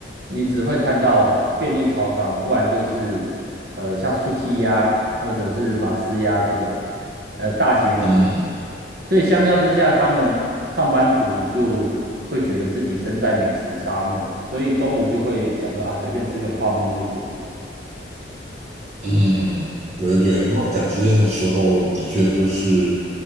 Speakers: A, on the right; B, on the right.
A: 你只会看到便利超商，不然就是呃像 Suki 呀，或者是马吃呀这种呃大型连锁。
B: 嗯
A: 所以相较之下，他们上班族就会觉得自己身在美食沙漠啊，所以中午就会想说啊，随便吃个泡面就解决了。
B: 嗯，嗯，嗯对对，那么赶时间的时候，的确就是